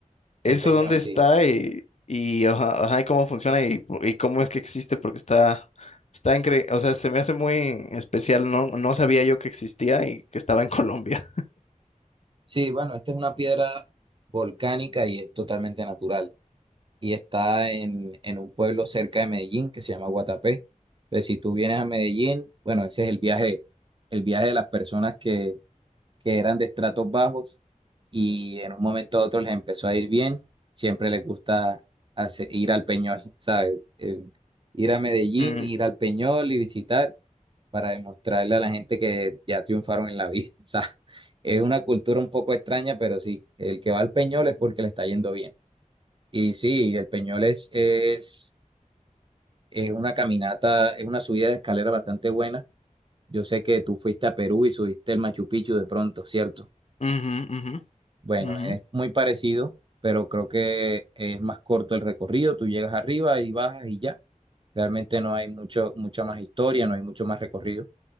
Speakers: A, on the left; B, on the right.
A: ¿Eso
B: El Peñol,
A: dónde
B: sí.
A: está y, y, ajá, ajá, y cómo funciona y, po- y cómo es que existe? Porque está, está increíble. O sea, se me hace muy especial. No, no sabía yo que existía y que estaba en <laughs> Colombia.
B: Sí, bueno, esta es una piedra volcánica y es totalmente natural. Y está en, en un pueblo cerca de Medellín que se llama Guatapé. Entonces, si tú vienes a Medellín, bueno, ese es el viaje, el viaje de las personas que, que eran de estratos bajos y en un momento a otro les empezó a ir bien. Siempre les gusta hace- ir al Peñol, ¿sabes? El- ir a Medellín,
A: Mm,
B: ir al Peñol y visitar para demostrarle a la gente que ya triunfaron en la vida. <laughs> O sea, es una cultura un poco extraña, pero sí, el que va al Peñol es porque le está yendo bien. Y sí, el Peñol es, es, es una caminata, es una subida de escalera bastante buena. Yo sé que tú fuiste a Perú y subiste el Machu Picchu de pronto, ¿cierto?
A: ujú, ujú,
B: Bueno,
A: ujú.
B: es muy parecido, pero creo que es más corto el recorrido. Tú llegas arriba y bajas y ya. Realmente no hay mucho, mucha más historia, no hay mucho más recorrido.